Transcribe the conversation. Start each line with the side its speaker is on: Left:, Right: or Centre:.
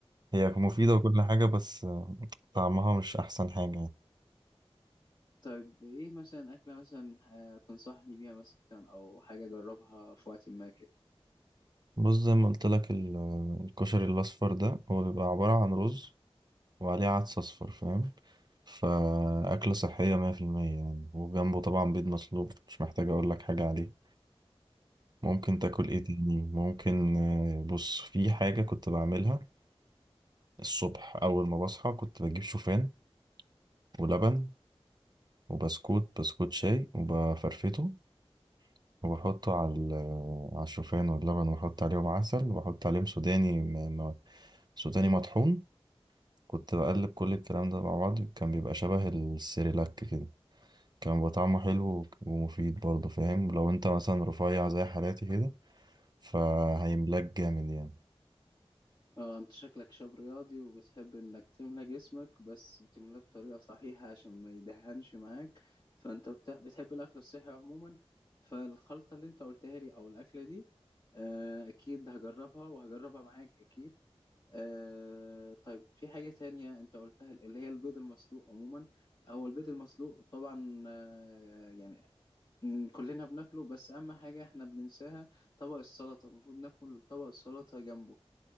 Right: هي مفيدة وكل حاجة بس آه، طعمها مش أحسن حاجة يعني.
Left: طيب ايه مثلا اكله مثلا آه، تنصحني بيها مثلا او حاجه اجربها في وقت ما كده
Right: بص زي ما قلت لك ال- الكشري الأصفر ده هو بيبقى عبارة عن رز وعليه عدس أصفر فاهم فأكلة صحية مية في المية يعني وجنبه طبعا بيض مسلوق مش محتاج أقول لك حاجة عليه ممكن تاكل إيه تاني ممكن آه، بص في حاجة كنت بعملها الصبح أول ما بصحى كنت بجيب شوفان ولبن وبسكوت بسكوت شاي وبفرفته وبحطه على ال- آه، على الشوفان واللبن وبحط عليهم عسل وبحط عليهم سوداني م- م- سوداني مطحون كنت بقلب كل الكلام ده مع بعض كان بيبقى شبه السيريلاك كده كان بيبقى طعمه حلو ومفيد برضه فاهم لو انت مثلا رفيع زي حالاتي كده فهيملاك جامد يعني
Left: اه انت شكلك شاب رياضي وبتحب انك تملى جسمك بس بتملاه بطريقة صحيحة عشان ما يدهنش معاك فانت بت- بتحب الاكل الصحي عموما فالخلطة اللي انت قلتها لي او الاكلة دي آه، اكيد هجربها وهجربها معاك اكيد أه طيب في حاجة تانية انت قلتها اللي هي البيض المسلوق عموما هو البيض المسلوق طبعا آه، يعني م، كلنا بناكله بس اهم حاجة احنا بننساها طبق السلطة المفروض ناكل طبق السلطة جنبه